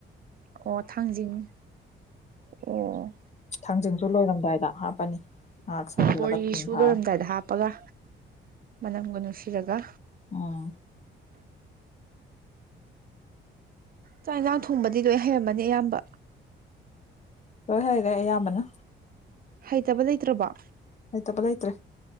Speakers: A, on the right (about 45°); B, on the left (about 35°).
A: ꯑꯣ ꯊꯥꯡꯖꯤꯡ ꯑꯣ
B: ꯊꯥꯡꯖꯤꯡꯁꯨ ꯂꯣꯏꯔꯝꯗꯥꯏꯗ ꯍꯥꯞꯄꯅꯤ ꯉꯥꯛ ꯁꯧꯍꯜꯂꯒ
A: ꯕꯣꯔꯤꯁꯨ
B: ꯊꯨꯝ ꯊꯥꯑ
A: ꯂꯣꯏꯔꯝꯗꯥꯏꯗ ꯍꯥꯞꯄꯒ ꯃꯅꯝꯒ ꯅꯨꯡꯁꯤꯔꯒ
B: ꯎꯝ
A: ꯆꯥꯛ ꯌꯦꯟꯁꯥꯡ ꯊꯣꯡꯕꯗꯤ ꯂꯣꯏ ꯍꯩꯔꯝꯃꯅꯤ ꯑꯌꯥꯝꯕ
B: ꯂꯣꯏ ꯍꯩꯔꯦ ꯑꯌꯥꯝꯕꯅ
A: ꯍꯩꯇꯕ ꯂꯩꯇ꯭ꯔꯕꯣ
B: ꯍꯩꯇꯕ ꯂꯩꯇ꯭ꯔꯦ